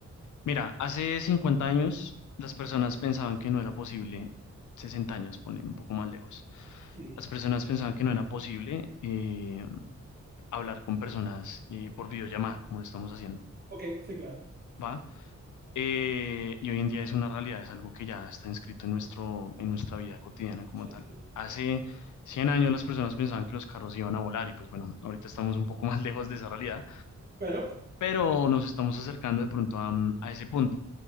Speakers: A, on the left; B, on the right.
A: mira, hace 50 años las personas pensaban que no era posible, 60 años, ponle un poco más lejos,
B: Sí.
A: las personas pensaban que no era posible eh, hablar con personas eh, por videollamada, como lo estamos haciendo,
B: Ok, sí, claro.
A: ¿va? Eh, y hoy en día es una realidad, es algo que ya está inscrito en nuestro, en nuestra vida cotidiana como
B: Sí,
A: tal.
B: sí.
A: Hace 100 años las personas pensaban que los carros iban a volar y pues bueno, ahorita estamos un poco <laughs> más lejos de esa realidad
B: Pero,
A: pero nos estamos acercando de pronto a, mm, a ese punto.